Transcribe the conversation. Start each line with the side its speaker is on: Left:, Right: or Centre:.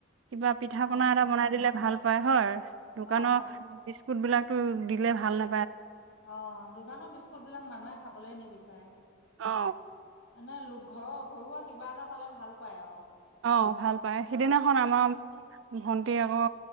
Right: কিবা পিঠা
Left: অ
Right: পনা এটা বনাই দিলে ভাল পায় হয়। দোকানৰ
Left: অ
Right: বিস্কুট বিলাকতো দিলে ভাল না
Left: অ, দোকানৰ বিস্কুট বিলাক মানুহে খাবলে নিবিচাৰে।
Right: অ
Left: এনে লোক ঘৰৰ ঘৰুৱা কিবা এটা পালে ভাল পায় আৰু।
Right: আহ ভাল পাই সিদিনাখন আমাৰ ভন্টি আকৌ,